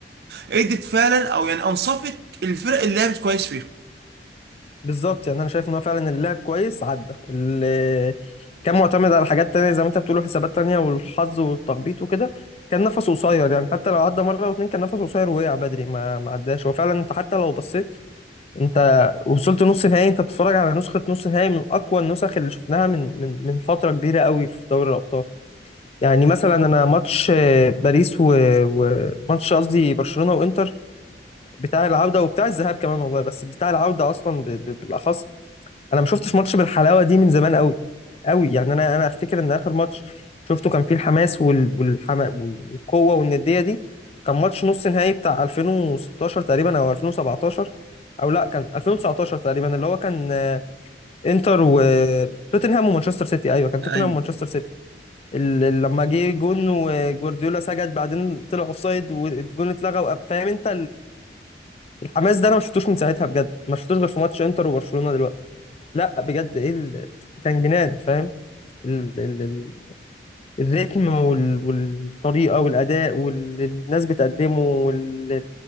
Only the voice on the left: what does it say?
بالظبط يعني انا شايف ان هو فعلا اللاعب كويس عدى اللي كان معتمد على حاجات تانية زي ما انت بتقول حسابات تانية والحظ والتخبيط وكده كان نفسه قصير يعني حتى لو عدى مرة واتنين كان نفسه قصير ووقع بدري ما ما عداش هو فعلا انت حتى لو بصيت انت وصلت نص نهائي انت بتتفرج على نسخة نص نهائي من اقوى النسخ اللي شفناها من من من فترة كبيرة قوي في دوري الابطال يعني مثلا انا ماتش آه، باريس و- وماتش قصدي برشلونة وانتر بتاع العودة وبتاع الذهاب كمان والله بس بتاع العودة أصلا ب... ب... بالأخص أنا ما شفتش ماتش بالحلاوة دي من زمان قوي قوي يعني أنا أنا أفتكر إن آخر ماتش شفته كان فيه الحماس وال... والحما... وال- والقوة والندية دي كان ماتش نص نهائي بتاع 2016 تقريبا أو 2017 أو لا كان 2019 تقريبا اللي هو كان آه، انتر وتوتنهام ومانشستر سيتي أيوه كان توتنهام
ومانشستر سيتي ال- لما جه جون وجوارديولا سجد بعدين طلع اوفسايد والجون اتلغى وقام- فاهم انت الحماس ده انا ما شفتوش من ساعتها بجد ما شفتوش غير في ماتش انتر وبرشلونة دلوقتي لا بجد ايه ال... كان جنان فاهم ال... ال... ال... الريتم وال... والطريقة والأداء والناس بتقدمه وال...